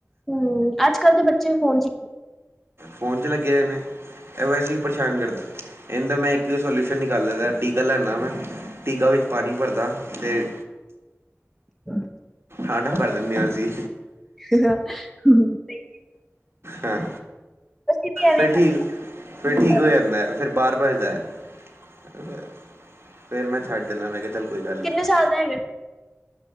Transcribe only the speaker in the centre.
ਹਮ ਅੱਜ ਕੱਲ੍ਹ ਦੇ ਬੱਚੇ ਫੋਨ ਚ
<inaudible>
<inaudible>
ਅਸੀਂ ਵੀ ਐਵੇਂ
ਹੀ ਕਰਦੇ
ਆ
ਜ਼ਿਆਦਾ
ਕਿੰਨੇ ਸਾਲ ਦਾ ਇਹ